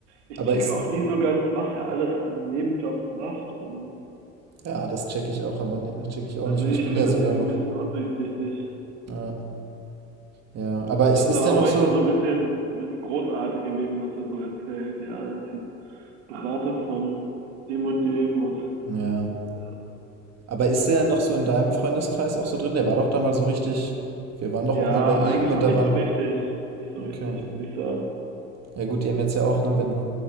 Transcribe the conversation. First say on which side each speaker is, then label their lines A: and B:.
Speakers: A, on the right; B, on the right.
A: Ich
B: Aber
A: check
B: ist.
A: auch nie so ganz, was er alles an Nebenjobs macht und
B: Ja, das checke ich auch, aber ne, check ich auch
A: also
B: nicht.
A: ich
B: Und ich bin
A: finde
B: ja sogar
A: das irgendwie
B: noch.
A: ein bisschen undurchsichtig.
B: Ja. Ja. Aber ist,
A: Er ist
B: ist
A: dann auch
B: der noch
A: manchmal
B: so.
A: so ein bisschen, ein bisschen großartig in dem, was er so erzählt. Ja, er ist jetzt Berater von dem und dem und
B: Ja.
A: ja.
B: Aber ist der noch so in deinem Freundeskreis auch so drin? Der war doch da mal so richtig. Wir waren doch
A: Ja,
B: auch mal bei ihm
A: eigentlich
B: und
A: auch
B: da
A: nicht
B: waren.
A: so richtig. Nicht so
B: Okay.
A: richtig, würde ich sagen.
B: Ja gut, die haben jetzt ja auch, ne, wenn,